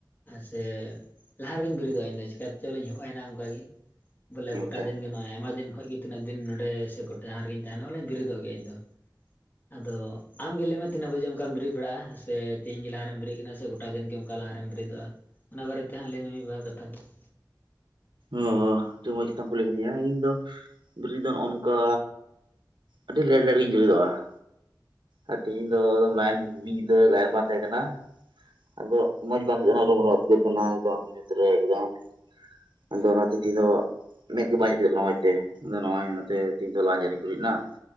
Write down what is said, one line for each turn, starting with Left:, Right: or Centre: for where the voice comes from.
Left: ᱟᱨ ᱥᱮ ᱞᱟᱦᱟ ᱨᱮᱜᱮᱧ ᱵᱮᱨᱮᱫᱚᱜᱼᱟ ᱤᱧᱫᱚ ᱪᱮᱠᱟᱛᱮ ᱪᱚᱞᱤᱧ ᱮᱦᱚᱱᱟ ᱚᱱᱠᱟ ᱜᱮ ᱵᱚᱞᱮ
Right: ᱟᱪᱪᱷᱟ
Left: ᱜᱚᱴᱟ ᱫᱤᱱᱜ ᱱᱚᱜᱼᱚᱭ ᱟᱭᱢᱟ ᱫᱤᱱ ᱠᱷᱚᱱ ᱜᱮ ᱛᱤᱱᱟᱹᱜ ᱫᱤᱱ ᱱᱚᱰᱮ ᱥᱮ ᱜᱚᱴᱟ ᱡᱟᱸᱦᱟ ᱨᱮᱜᱮᱧ ᱛᱟᱦᱮᱱᱟ ᱵᱚᱞᱮᱧ ᱵᱮᱨᱮᱫᱚᱜ ᱜᱮᱭᱟ ᱤᱧᱫᱚ ᱾ ᱟᱫᱚ ᱟᱢᱜᱮ ᱞᱟᱹᱭ ᱢᱮ ᱛᱤᱱᱟᱹᱜ ᱵᱟᱡᱮ ᱚᱝᱠᱟᱢ ᱵᱮᱨᱮᱫ ᱵᱟᱲᱟᱜᱼᱟ, ᱥᱮ ᱛᱮᱦᱮᱧ ᱜᱮ ᱞᱟᱦᱟᱨᱮᱢ ᱵᱮᱨᱮᱫ ᱠᱟᱱᱟᱢ ᱥᱮ ᱜᱚᱴ ᱴᱟ ᱫᱤᱱᱜᱮ ᱚᱱᱠᱟ ᱞᱟᱦᱟᱨᱮᱢ ᱵᱮᱨᱮᱫᱚᱜᱼᱟ, ᱚᱱᱟ ᱵᱟᱨᱮᱛᱮ ᱦᱟᱸᱜ ᱞᱟᱹᱭᱢᱮ ᱢᱤᱫ ᱵᱟᱨ ᱠᱟᱛᱷᱟ ᱠᱚ ᱾
Right: ᱚ ᱟᱹᱰᱤ ᱢᱚᱸᱡᱽ ᱠᱟᱛᱟᱢ ᱠᱩᱞᱤ ᱠᱤᱫᱤᱧᱟ ᱤᱧ ᱫᱚ ᱵᱮᱨᱮᱫ ᱫᱚ ᱱᱚᱜ ᱱᱚᱝᱠᱟ ᱟᱹᱰᱤ ᱞᱮᱴ - ᱞᱮᱴ ᱜᱮᱧ ᱵᱮᱨᱮᱫᱚᱜᱼᱟ ᱾ ᱟᱨ ᱛᱮᱤᱦᱤᱧ ᱫᱚ ᱞᱟᱭᱤᱱ ᱢᱤᱫ ᱧᱤᱫᱟᱹ ᱞᱟᱭᱤᱱ ᱵᱟᱝ ᱛᱟᱦᱮᱸ ᱠᱟᱱᱟ ᱾ ᱟᱫᱚ ᱢᱚᱡᱽ ᱵᱟᱝ <unintelligible> ᱦᱚᱨᱚ ᱵᱚᱨᱚ ᱵᱩᱡᱷᱟᱹᱜ ᱮᱠᱫᱚᱢ ᱧᱩᱛ ᱨᱮ ᱮᱠᱫᱚᱢ ᱾ ᱟᱫᱚ ᱚᱱᱟ ᱛᱤᱛᱷᱤ ᱫᱚ ᱢᱮᱫᱜ ᱜᱮ ᱵᱧ ᱩᱤᱫᱚᱜ ᱠᱟᱱᱟ ᱢᱚᱸᱡᱽ ᱛᱮ ᱟᱫᱚ ᱱᱚᱜ ᱚᱭ ᱱᱚᱛᱮ ᱛᱮᱦᱧ ᱫᱚ ᱞᱟ ᱧᱮᱞᱤᱧ ᱫᱩᱨᱩᱤᱡ ᱞᱮᱱᱟ <unintelligible>